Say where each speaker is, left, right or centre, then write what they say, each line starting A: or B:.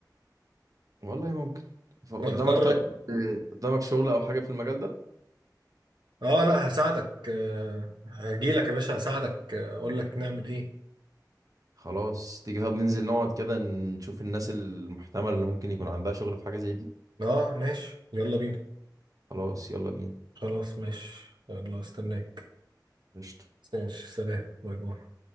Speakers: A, on the right (about 50°); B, on the right (about 85°).
A: والله ممكن ف- قدامك
B: لا جرب
A: طيب آه، قدامك شغل او حاجة في المجال ده
B: اه لا هساعدك آه، هجيلك يا باشا هساعدك آه، اقول لك نعمل ايه
A: خلاص تيجي طب ننزل نقعد كده نشوف الناس المحتملة اللي ممكن يكون عندها شغل في حاجة زي دي
B: اه ماشي يلا بينا
A: خلاص يلا بينا
B: خلاص ماشي يلا استناك
A: قشطة
B: ماشي سلام باي باي